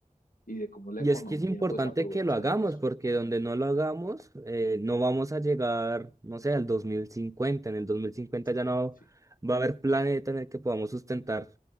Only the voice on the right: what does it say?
Y
es que es importante
que lo hagamos
porque donde no lo hagamos, eh, no vamos a llegar, no sé, al dos mil cincuenta En el dos mil cincuenta
ya no
va a haber planeta en el que podamos sustentar